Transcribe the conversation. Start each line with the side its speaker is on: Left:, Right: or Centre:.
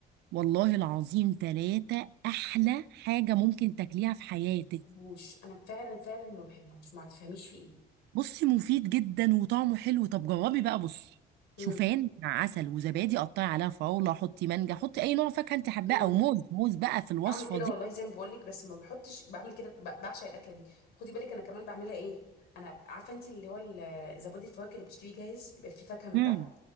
Right: والله العظيم ثلاثة أحلى حاجة ممكن تاكليها في حياتك
Left: بحبوش انا فعلا فعلا ما بحبوش ما تفهميش في ايه
Right: بصي مفيد جدا وطعمه حلو طب جربي بقى بصي
Left: امم
Right: شوفان مع عسل وزبادي قطعي عليها فراولة حطي مانجا حطي أي نوع فاكهة أنت حباه
Left: إمم.
Right: أو موز موز بقى في الوصفة
Left: بعمل كده
Right: دي
Left: والله زي ما بقول لك بس ما بحطش بعمل كده ب- بعشق الاكله دي خدي بالك انا كمان بعملها ايه انا عارفه انت اللي هو ال- زبادي الفواكه اللي بتشتريه جاهز يبقى فيه فاكهه من
Right: امم
Left: تحت